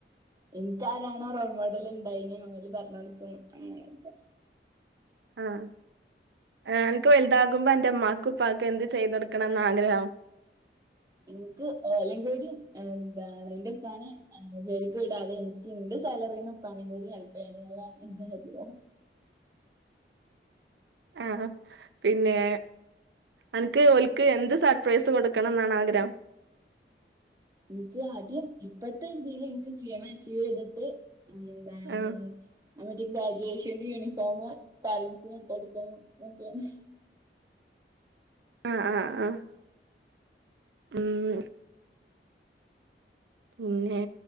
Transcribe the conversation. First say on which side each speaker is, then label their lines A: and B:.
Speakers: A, on the right; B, on the right.
A: ഇൻക്കാരാണോ റോൾ മോഡല് ഇണ്ടായിനി ഓലിം പറഞ്ഞടുക്കും അങ്ങനൊക്കെ.
B: ആഹ്. ആഹ് അൻക്ക് വലുതാകുമ്പോ അന്റെ ഇമ്മാക്കുപ്പാക്കും ഉപ്പാക്കും എന്ത് ചെയ്തൊടുക്കണംന്ന ആഗ്രഹം.
A: ഇൻക്ക് ഏഹ് എവടിം എന്താണ് ഇന്റെപ്പാനെ. ആഹ് ജോലിക്ക് വിടാതെ എനിക്ക് ഇന്റെ സാലറിന്ന്പ്പാനിം കൂടി ഹെൽപ്യ്യണന്നുള്ളതാണ് എന്റെ ആഗ്രഹം.
B: <inaudible> ആഹ് ഹ പിന്നെ. അൻക്ക് ഓൽക്ക് എന്ത് സർപ്രൈസ് കൊടുക്കണം ന്നാണ് ആഗ്രഹം?
A: ഇനിക്ക് ആദ്യം ഇപ്പത്തെ ഇതില് എനിക്ക് സി എം എ അച്ചീവീത്. ത് എന്താണ്
B: ആഹ്
A: ആ മറ്റേ ഗ്രാജേഷൻ. യൂണിഫോമ് പാരൻസിനിട്ടെടുക്കണംന്നൊക്കെയാണ്.
B: ആഹ് ആഹ് ആഹ്. ഉം. പിന്നെ.